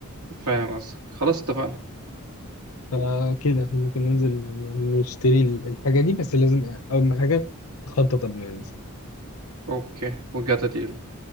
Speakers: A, on the right; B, on the left.
A: فاهم قصدك خلاص اتفقنا
B: فكده احنا ممكن ننزل نشتري الحاجة دي بس لازم أول ما حاجة نخطط قبل ما ننزل
A: اوكي we got a deal